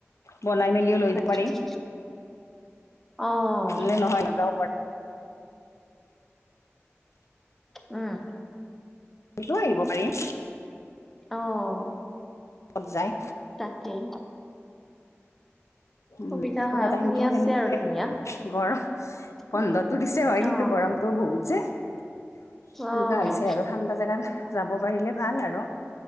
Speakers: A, on the left; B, in the centre.
A: বনাই মেলিও লৈ
B: তাকেই
A: যাব পাৰি।
B: অ',
A: নে নহয় না যাব পাৰি।
B: উম।
A: সেইটো আহিব পাৰিম।
B: অ'।
A: ক'ত যায়।
B: তাকেই।
A: উম
B: সুবিধা
A: পুৰা টাইমতটো
B: খিনি আছে
A: সেনেকুৱাই
B: আৰু ধুনীয়া
A: আৰু গৰম বন্ধটো
B: উম,
A: দিছে হয়
B: অ',
A: কিন্তু গৰম। গৰমটো বহুত যে। সেনেকুৱা
B: অ'।
A: হৈছে আৰু ঠাণ্ডা জোগাত যাব পাৰিলে ভাল আৰু।